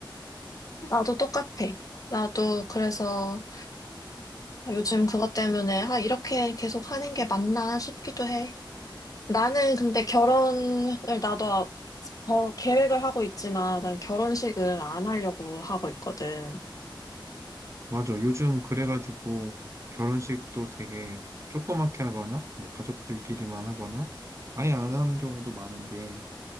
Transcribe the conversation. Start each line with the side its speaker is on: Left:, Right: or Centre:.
Left: 나도 똑같아. 나도 그래서 요즘 그것 때문에 아, 이렇게 계속 하는 게 맞나 싶기도 해. 나는 근데 결혼을 나도 아- 결- 계획을 하고 있지만 난 결혼식을 안 하려고 하고 있거든.
Right: 맞아. 요즘 그래가지고 결혼식도 되게 조그맣게 하거나, 뭐 가족들끼리만 하거나, 아예 안 하는 경우도 많은데,